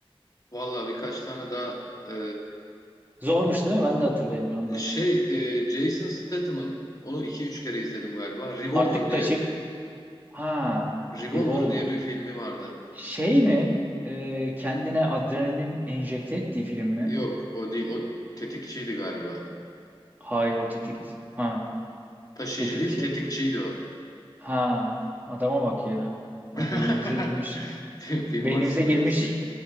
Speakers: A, on the left (about 40°); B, on the right (about 20°).
A: Vallahi birkaç tane daha e,
B: Zormuş değil mi? Ben de hatırlayamıyorum bak.
A: şey e, Jason Statham'ın onu iki üç kere izledim galiba. Revolver
B: Artık
A: diye
B: taşı... Ha,
A: Revolver
B: Revolver.
A: diye bir filmi vardı.
B: Şey mi? Ee, kendine adrenalin enjekte ettiği film mi?
A: Yok o değil. O tetikçiydi galiba.
B: Hayır o tetik... Ha,
A: Taşıyıcı
B: tetikçi.
A: değil tetikçiydi o.
B: Ha, adama bak ya.
A: <laughs>
B: Ha, beynimize girmiş.
A: Film
B: Beynimize
A: ansiklopedisi.
B: girmiş.